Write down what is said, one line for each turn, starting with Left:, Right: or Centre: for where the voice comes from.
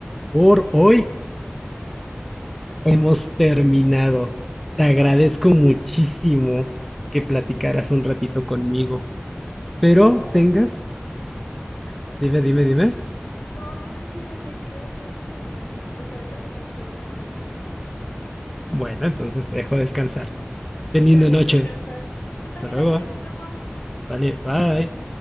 Centre: Por
Left: Sí, es cierto,
Centre: hoy
Left: y es tarde. Ajá.
Centre: hemos terminado. Te agradezco muchísimo que platicaras un ratito conmigo, pero
Left: No,
Centre: tengas,
Left: de qué pues, ajá.
Centre: dime, dime, dime.
Left: No, te iba a decir, pues, ¿de qué hablamos mañana? O sea, ahorita tenemos que dormir. Bueno, yo tengo que dormir.
Centre: Bueno, entonces te dejo descansar.
Left: Ujú.
Centre: Ten
Left: Sale,
Centre: linda noche.
Left: descansa. Tú
Centre: Hasta
Left: también,
Centre: luego.
Left: Axel, nos vemos.
Centre: Vale, bye.